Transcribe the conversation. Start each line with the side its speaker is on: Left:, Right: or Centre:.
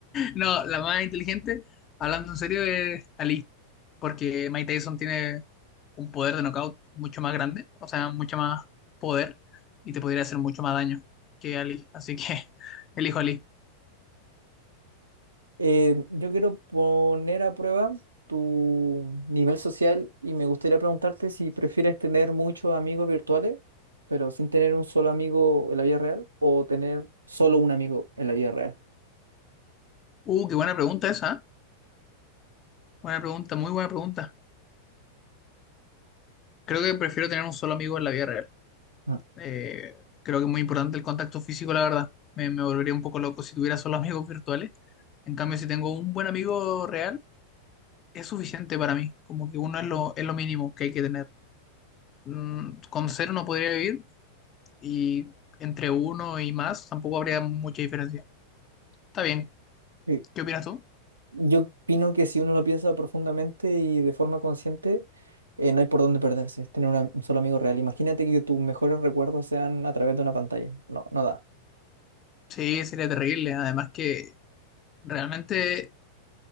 Left: No, la más inteligente, hablando en serio, es Ali. Porque Mike Tyson tiene un poder de knockout mucho más grande, o sea, mucho más poder y te podría hacer mucho más daño que Ali. Así que <laughs> elijo Ali.
Right: Eh, yo quiero poner a prueba tu nivel social y me gustaría preguntarte si prefieres tener muchos amigos virtuales, pero sin tener un solo amigo en la vida real, o tener solo un amigo en la vida real.
Left: Uh, qué buena pregunta esa, ¿eh? Buena pregunta, muy buena pregunta. Creo que prefiero tener un solo amigo en la vida real.
Right: Ah,
Left: Eh, creo que es muy importante el contacto físico, la verdad. Me, me volvería un poco loco si tuviera solo amigos virtuales. En cambio, si tengo un buen amigo real, es suficiente para mí. Como que uno es lo, es lo mínimo que hay que tener. Mm, con cero no podría vivir y entre uno y más tampoco habría mucha diferencia. Está bien.
Right: sí.
Left: ¿Qué opinas tú?
Right: Yo opino que si uno lo piensa profundamente y de forma consciente, eh, no hay por dónde perderse, es tener una- un solo amigo real. Imagínate que tus mejores recuerdos sean a través de una pantalla. No, no da.
Left: Sí, sería terrible. Además que realmente